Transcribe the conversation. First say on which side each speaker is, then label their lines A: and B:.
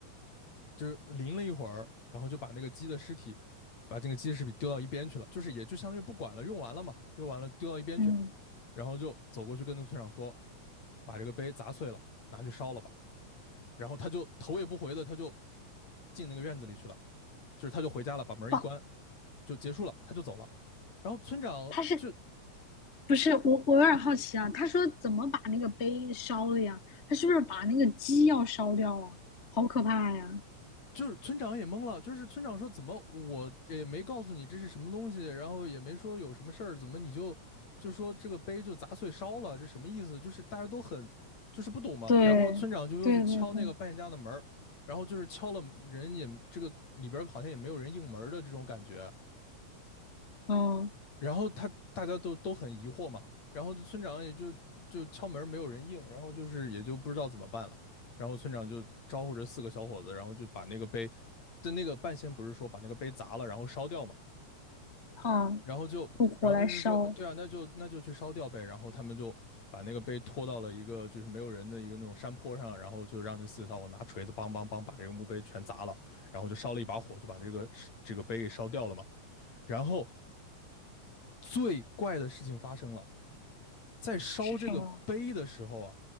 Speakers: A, on the left; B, on the left.
A: 就是淋了一会儿，然后就把那个鸡的尸体，把这个鸡的尸体丢到一边去了，就是也就相当于不管了，用完了嘛，用完了丢到一边去，
B: 嗯，
A: 然后就走过去跟那村长说，把这个杯砸碎了，拿去烧了吧。然后他就头也不回的他就进那个院子里去了，就是他就回家了，把门一关
B: 不，
A: 就结束了，他就走了。然后村长就
B: 它是不是我，我有点好奇啊。他说怎么把那个碑烧了呀？他是不是把那个鸡要烧掉啊？好可怕呀！
A: 就是村长也懵了，就是村长说怎么我也没告诉你这是什么东西，然后也没说有什么事儿，怎么你就就说这个碑就砸碎烧了，这什么意思？就是大家都很就是不懂嘛。
B: 对，
A: 然后村长就又去敲那个扮演家的门儿，
B: 对对对，
A: 然后就是敲了人也这个里边儿好像也没有人应门儿的这种感觉，
B: 嗯
A: 然后他大家都都很疑惑嘛，然后村长也就就敲门没有人应，然后就是也就不知道怎么办了，然后村长就招呼着四个小伙子，然后就把那个碑，但那个半仙不是说把那个碑砸了然后烧掉嘛，
B: 啊，
A: 然后就然后他就说，
B: 用火来烧
A: 呃对啊，那就那就去烧掉呗，然后他们就把那个碑拖到了一个就是没有人的一个那种山坡上，然后就让这四个小伙拿锤子梆梆梆把这个墓碑全砸了，然后就烧了一把火，就把这个这个碑给烧掉了嘛，然后最怪的事情发生了。在烧这个碑的时候啊，
B: 是什么？